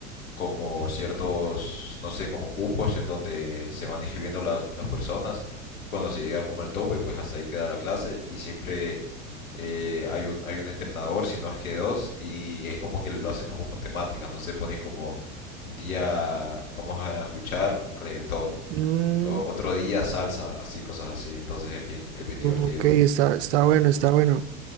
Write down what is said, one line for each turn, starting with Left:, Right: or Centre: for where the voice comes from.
Left: como ciertos, no sé, como cupos en donde se van inscribiendo las, las personas y cuando se llega como al tope, pues hasta ahí queda la clase y siempre eh, hay un, hay un entrenador, si no es que dos, y es como que lo hacen como con temáticas, no sé, ponen como un día vamos a escuchar reggaetón,
Right: Mm,
Left: o otro día salsa, así, cosas así, entonces es bien, es bien divertido.
Right: ok, está, está bueno, está bueno.